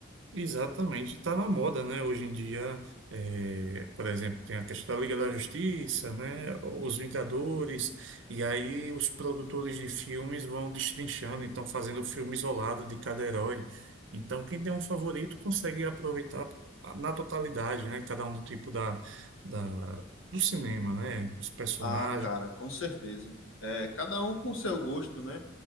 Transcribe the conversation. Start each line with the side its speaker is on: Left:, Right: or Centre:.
Right: Exatamente, está na moda, né? Hoje em dia, é, por exemplo, tem a questão da Liga da Justiça, né? Os Vingadores, e aí os produtores de filmes vão destrinchando, então fazendo o filme isolado de cada herói. Então, quem tem um favorito consegue aproveitar na totalidade, né? Cada um do tipo da, da, do cinema, né? Os personagens.
Left: Ah, cara, com certeza. É, cada um com o seu gosto, né?